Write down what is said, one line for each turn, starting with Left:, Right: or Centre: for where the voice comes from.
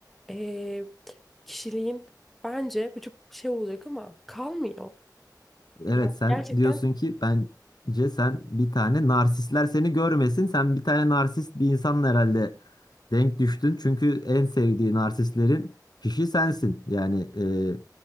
Centre: e, kişiliğin bence bu çok şey olacak ama kalmıyor.
Left: Evet
Centre: Yani
Left: sen
Centre: gerçekten
Left: diyorsun ki bence sen bir tane narsistler seni görmesin. Sen bir tane narsist bir insanla herhalde denk düştün. Çünkü en sevdiği narsistlerin kişi sensin. Yani e,